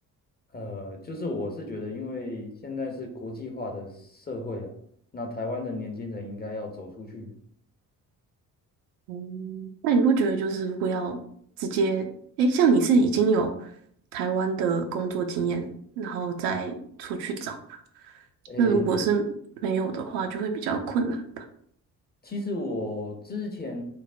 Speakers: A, on the left (about 20°); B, on the right (about 65°).
A: 呃，就是我是觉得，因为现在是国际化的社会啦，那台湾的年轻人应该要走出去。
B: 哦，那你不觉得就是如果要直接，诶，像你是已经有台湾的工作经验，然后再出去找，
A: 诶，
B: 那如果是没有的话，就会比较困难。
A: 其实我之前